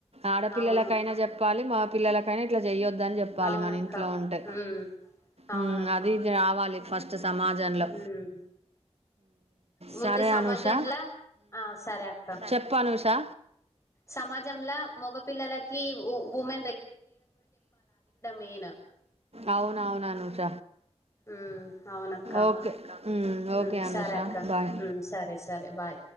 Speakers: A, on the right (about 70°); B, on the left (about 25°).
A: ఆడపిల్లలకైనా
B: అవును
A: చెప్పాలి మా పిల్లకైనా ఇట్ల చేయో ద్ అని చెప్పాలి
B: అవునక్క
A: మన ఇంట్లో ఉంటే
B: ఉమ్ అవును
A: ఉమ్ అదిది రావాలి ఫస్ట్ సమాజంలో
B: ఉమ్ ముందే
A: సరే
B: సమాజంలా
A: అనూషా
B: ఆ సరే అక్క
A: చెప్పు అనూషా
B: సమాజంలా మొగపిల్లలకి ఉమె మెయిన్
A: అవున అవును అనుష
B: ఉమ్ అవునక్క
A: ఓకే ఓకే
B: ఉమ్
A: అనుషా
B: సరే అక్క
A: బాయ్
B: ఉమ్ సరే సరే బాయ్